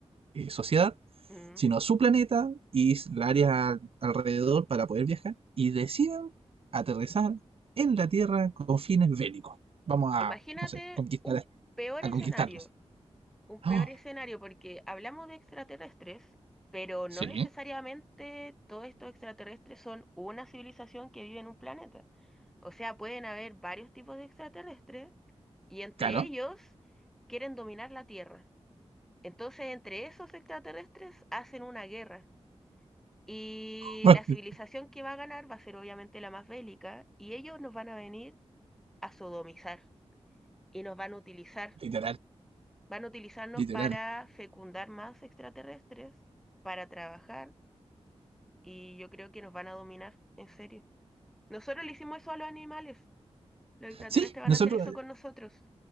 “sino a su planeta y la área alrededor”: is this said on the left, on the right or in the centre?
Right